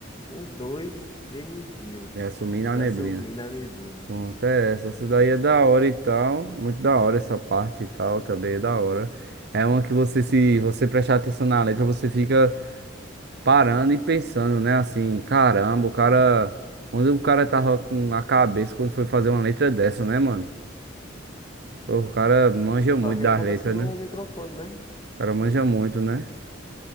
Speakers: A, on the left; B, on the right.
A: Um, dois, nem me viu.
B: ia sumir na
A: Já
B: neblina.
A: sumi na neblina.
B: Pronto, é essa. Essa daí é da hora e tal. Muito da hora essa parte e tal, também é da hora. É uma que você, se você prestar atenção na letra, você fica. parando e pensando, né? Assim, caramba, o cara. Onde o cara tava com a cabeça quando foi fazer uma letra dessa, né, mano? Pô, O cara manja muito
A: Larga
B: das
A: a cabeça
B: letras,
A: no
B: né?
A: microfone, né?
B: O cara manja muito, né?